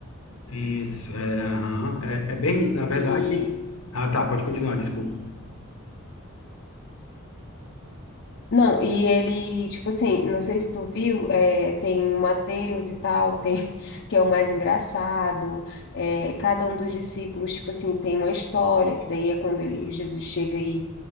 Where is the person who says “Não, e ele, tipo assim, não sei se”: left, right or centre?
Left